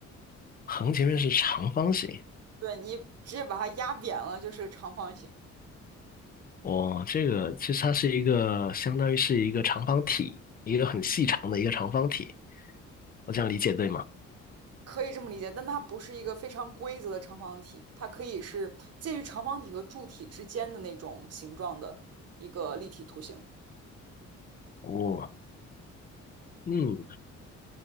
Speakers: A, on the left; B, on the right.
A: 横截面是长方形。
B: 对，你直接把它压扁了就是个长方形，
A: 哦，这个其实它是一个相当于是一个长方体，一个很细长的一个长方体。我这样理解对吗？
B: 可以这么理解。但它不是一个非常规则的长方体，它可以是介于长方体和柱体之间的那种形状的一个立体图形。
A: 哦，嗯，